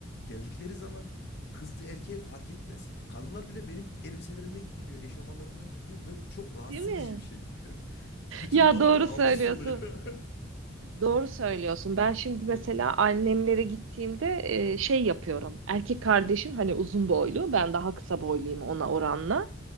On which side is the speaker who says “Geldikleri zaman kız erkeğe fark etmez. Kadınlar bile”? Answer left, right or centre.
Left